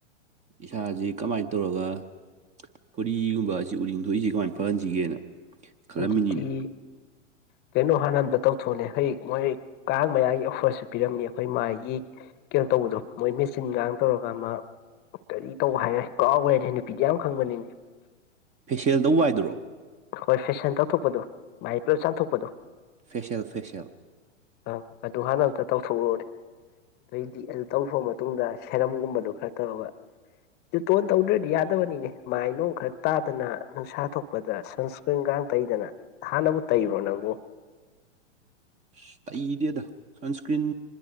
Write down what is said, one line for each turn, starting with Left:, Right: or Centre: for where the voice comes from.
Right: ꯏꯁꯁꯤ ꯀꯃꯥꯏꯅ ꯇꯧꯔꯒ ꯐꯣꯔꯤꯒꯨꯝꯕꯕꯁꯤ ꯎꯔꯤꯡ ꯊꯣꯛꯏꯁꯤ ꯀꯃꯥꯏꯅ ꯐꯍꯟꯁꯤꯒꯦꯅ ꯈꯜꯂꯝꯃꯤꯅꯤꯅꯦ
Left: ꯑꯗꯨꯗꯤ ꯀꯩꯅꯣ ꯍꯥꯟ ꯍꯟꯗ ꯇꯧꯊꯣꯛꯅꯦ ꯍ ꯃꯣꯏ ꯀꯥꯡ ꯃꯌꯥꯒꯤ ꯑꯣꯐꯔꯁꯨ ꯄꯤꯔꯝꯅꯤ ꯑꯩꯈꯣꯏ ꯃꯥꯏꯒꯤ ꯀꯩꯅꯣ ꯇꯧꯕꯗꯣ ꯃꯣꯏ ꯃꯦꯆꯤꯟꯒ ꯇꯧꯔꯒꯥꯟ ꯃꯥ ꯀꯔꯤ ꯇꯧꯕ ꯍꯥꯏꯔꯦ ꯀꯥꯎꯕ꯭ꯔ ꯄꯤꯗꯤ ꯌꯥꯝ ꯈꯪꯕꯅꯤꯅꯤ
Right: ꯐꯦꯁꯤꯌꯦꯜꯗꯧ ꯋꯥꯏꯗꯔꯣ
Left: ꯍꯣꯏ ꯐꯦꯁꯟ ꯇꯧꯊꯣꯛꯄꯗꯣ ꯃꯥꯩ ꯄꯨꯂꯞ ꯆꯥꯝꯊꯣꯛꯄꯗꯣ
Right: ꯐꯦꯁꯤꯜ ꯐꯦꯁꯤꯦꯜ
Left: ꯑꯪ ꯑꯗꯨ ꯍꯥꯟꯅ ꯑ ꯑꯃꯇ ꯇꯧꯊꯣꯛꯎꯨꯔꯅꯦ ꯑꯗꯩꯗꯤ ꯑꯗꯨ ꯇꯧꯈ꯭ꯔꯕ ꯃꯇꯨꯡꯗ ꯁꯦꯔꯝꯒꯨꯝꯕꯗꯨꯣ ꯈꯔ ꯇꯧꯔꯒ ꯇꯣꯟ ꯇꯧꯗ꯭ꯔꯗꯤ ꯌꯥꯗꯕꯅꯤꯅꯦ ꯃꯥꯏ ꯅꯨꯡ ꯈꯔ ꯇꯥꯗꯅ ꯅꯨꯡꯁꯥ ꯊꯣꯛꯄꯗ ꯑꯁ ꯁꯟꯁꯀ꯭ꯔꯤꯟ ꯀꯥꯡ ꯇꯩꯗꯅ ꯍꯥꯟꯅꯕꯨ ꯇꯩꯕ꯭ꯔꯣ ꯅꯪꯕꯨ
Right: ꯑꯁ ꯇꯩꯗꯦꯗ ꯁꯟꯁꯀ꯭ꯔꯤꯟ